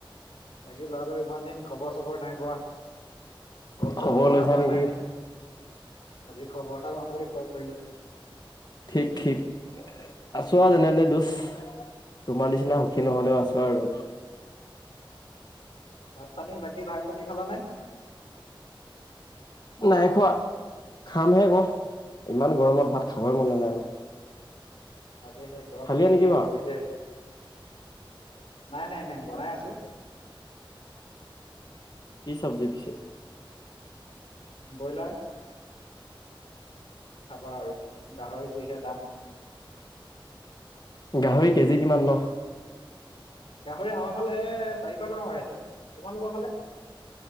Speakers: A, on the left; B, on the left.
A: বাকী ল'ৰাটো ইমান দিন খবৰ চবৰ নাই পোৱা! কল
B: খবৰ
A: চ'লো কৰা
B: লৈছা
A: হোৱা
B: নেকি
A: নাই, আজি খবৰ এটা লওঁ বুলি কল কৰিলোঁ!
B: ঠিক, ঠিক। আছোঁ আৰু যেনে তেনে দোচ! তোমাৰ নিচিনা সুখী নহ'লেও আছোঁ আৰু।
A: ভাত পানী, বাকী ভাত পানী খালানে?
B: নাই খোৱা, খামহে আকৌ, ইমান গৰমত ভাত খাবই মন নযায় না।
A: তাকেহে গৰমটো
B: খালিয়ে
A: যিহে
B: নেকি বা
A: পৰিছে। নাই নাই নাই বনাই আছোঁ।
B: কি চব্জি পিছে?
A: ব্ৰইলাৰ। কি খাবা আৰু, গাহৰি যিহে দাম।
B: গাহৰি কেজি কিমান ন'?
A: গাহৰি আমাৰ ফালে চাৰিশ টকা হৈ আছে। তোমালোকৰ ফালে?